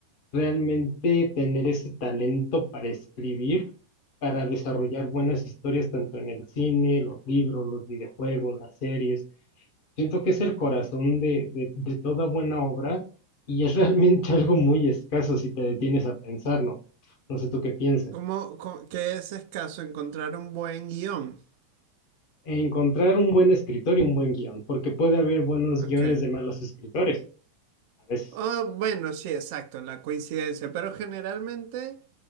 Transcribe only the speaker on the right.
¿Cómo, cómo- qué es escaso encontrar un buen guión?
Ok.
Ah, bueno, sí, exacto, la coincidencia, pero generalmente